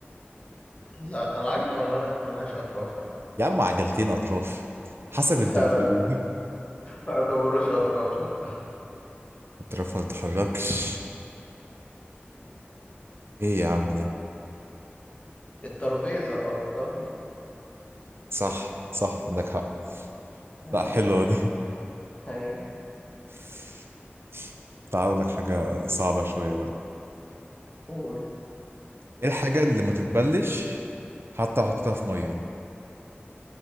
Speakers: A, on the left; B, on the right.
A: لا العجلة ملها- ملهاش أطراف يا معلم
B: يا عم عجلتين اطراف حسب
A: <laughs>
B: انت بتقول
A: لا لا ما يعتبروش أطراف لا
B: <laughs> اطرافها متتحركش ايه يا عم ده
A: الترابيزة أو الطاولة
B: صح صح عندك حق
A: هاي
B: لا حلوه دي
A: هاي
B: <laughs> تعال اقول لك حاجه صعبه شويه بقى
A: قول
B: ايه الحاجه اللي ما تتبلش حتى لو حطيتها في ميه